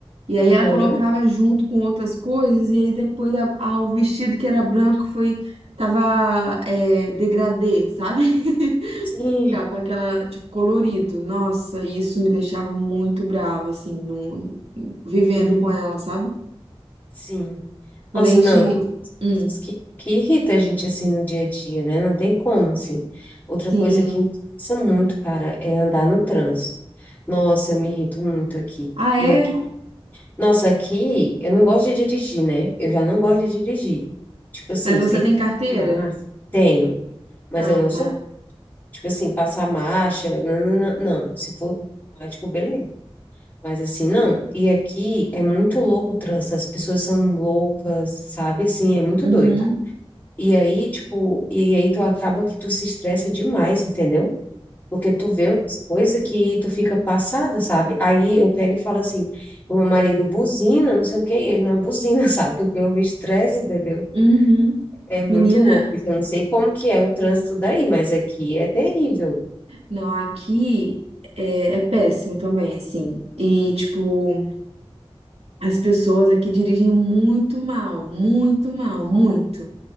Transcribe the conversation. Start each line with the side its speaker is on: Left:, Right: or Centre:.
Right: E aí
Left: aham,
Right: ela colocava junto com outras coisas, e aí depois a, a- o vestido que era branco foi, tava é, degradê, sabe? <laughs>
Left: sim,
Right: Ficava aquela, tipo, colorido. Nossa, e isso me deixava muito brava, assim, no, vivendo
Left: uhum,
Right: com ela, sabe?
Left: sim.
Right: Quando
Left: Nossa,
Right: a gente.
Left: não,
Right: Hum,
Left: coisas que, que irrita a gente assim no dia a dia, né? Não tem como, assim. Outra
Right: sim.
Left: coisa que me estressa muito, cara, é andar no trânsito. Nossa, eu me irrito muito aqui.
Right: Ah,
Left: E
Right: é?
Left: aqui, nossa, aqui eu não gosto de dirigir, né? Eu já não gosto de dirigir. Tipo assim,
Right: Mas você
Left: ter
Right: tem
Left: que
Right: carteira?
Left: arrumar, tenho, mas
Right: Ah,
Left: eu não sou,
Right: tá.
Left: tipo assim, passar marcha, não, não, não, não. Se for automático, beleza. Mas assim, não. E aqui é muito louco o trânsito, as pessoas são loucas, sabe? Assim, é muito
Right: Uhum,
Left: doido. E aí, tipo, e aí tu acaba que tu se estressa demais, entendeu? Porque tu vê umas coisas que tu fica passada, sabe? Aí eu pego e falo assim, o meu marido buzina, não sei o quê, e ele não buzina, <laughs> sabe? Porque eu me estresse, entendeu?
Right: uhum.
Left: É muito
Right: Menina,
Left: louco, porque eu não sei como que é o trânsito daí, mas aqui é terrível.
Right: não, aqui é, é péssimo também, assim. E, tipo, As pessoas aqui dirigem muito mal, muito mal, muito,